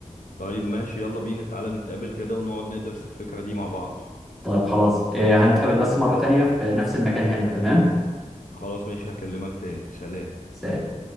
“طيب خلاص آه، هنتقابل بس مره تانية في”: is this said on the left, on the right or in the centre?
Centre